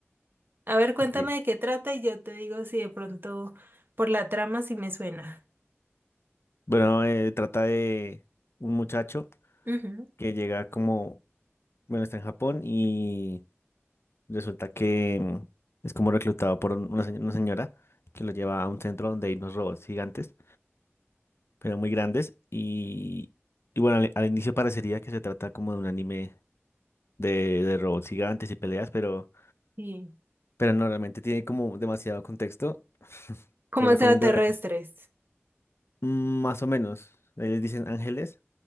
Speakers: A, on the right (about 50°); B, on the left (about 60°).
A: A ver, cuéntame
B: Sí.
A: de qué trata y yo te digo si de pronto por la trama sí me suena.
B: Bueno, eh, trata de un muchacho
A: Ujú.
B: que llega como, bueno, está en Japón y resulta que mm, es como reclutado por un- una, se- una señora que lo lleva a un centro donde hay unos robots gigantes, pero muy grandes y, y bueno, al al inicio parecería que se trata como de un anime de, de robots gigantes y peleas, pero,
A: Sí.
B: pero no, realmente tiene como demasiado contexto.
A: Como
B: Te recomiendo
A: extraterrestres.
B: ver. Mm, Más o menos. ellos dicen ángeles,